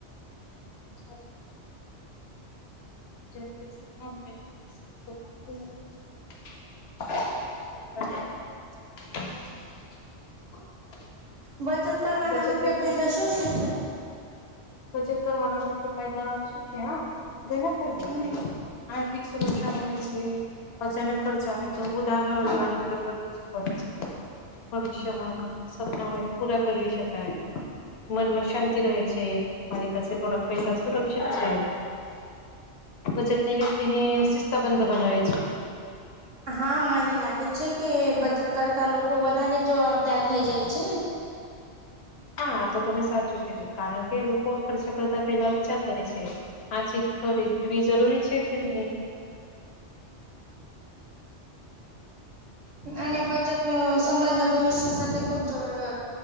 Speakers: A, on the left; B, on the right.
A: <inaudible> જયારે પૈસા ના હોય <inaudible> <inaudible>
B: બચત કરવાના
A: બચત
B: મુખ્ય
A: વ્યક્તિ
B: ફાયદા શું શું છે?
A: બચત કરવાના મુખ્ય ફાયદા શું છે આ ઘના ફાયદા
B: હમ
A: છે. આર્થિક સુરક્ષા મળે છે. અચાનક ખર્ચા આવે તો ઉધરો લેવાની જરૂરત ઓછી પડે છે ભવિષ્યમાં કોઈ સપ્ન હોય પૂરા કરવી શકાય. મનમાં શાંતિ રહે છે, મારી પાસે થોડાક પૈસા સુરક્ષિત છે. બચતની વ્યક્તિ ને શિસ્તબંધ બનાવે છે.
B: હા મને લાગે છે કે બચત કરતા લોકો વધારે જવાબદાર થઈ જાય છે ને
A: હા તો તમે સાચુંજ કીધું, કારણ કે લોકો ખર્ચો કરતા પેલા વિચાર કરે છે. આ ચીજ ખરીદવી જરૂરી છે કે નઇ?
B: અને બચતનો સંબંધ ભવિષ્ય સાથે ખુબ જોર અ